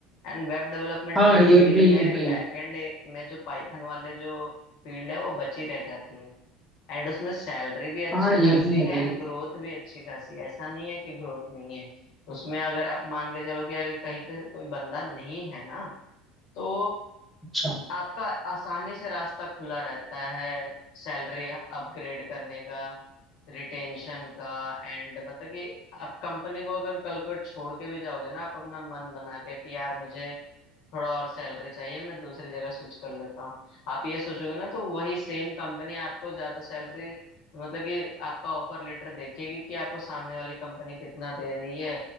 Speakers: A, on the left; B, in the centre.
A: एंड वेब डेवलपमेंट
B: हाँ
A: वाली
B: ये
A: फील्ड
B: भी
A: में
B: ये भी
A: बैकएंड
B: है
A: में जो पाइथन वाले जो फील्ड है वो बची रह जाती है एंड उसमें सैलरी भी अच्छी
B: हाँ
A: खासी
B: ये भी है
A: है
B: भाई
A: एंड ग्रोथ भी अच्छी खासी है ऐसा नहीं है कि ग्रोथ नहीं है उसमें अगर आप मान के चलो कि अगर कहीं पे कोई बंदा नहीं है ना तो
B: अच्छा
A: आपका आसानी से रास्ता खुला रहता है सैलरी अपग्रेड करने का रिटेंशन का एंड मतलब कि आप कंपनी को अगर कल को छोड़ के भी जाओगे ना आप अपना मन बना के कि यार मुझे थोड़ा और सैलरी चाहिए मैं दूसरी जगह स्विच कर लेता हूँ आप ये सोचोगे ना तो वही सेम कंपनी आपको ज्यादा सैलरी मतलब कि आपका ऑफर लेटर देखेगी कि आपको सामने वाली कंपनी कितना दे रही है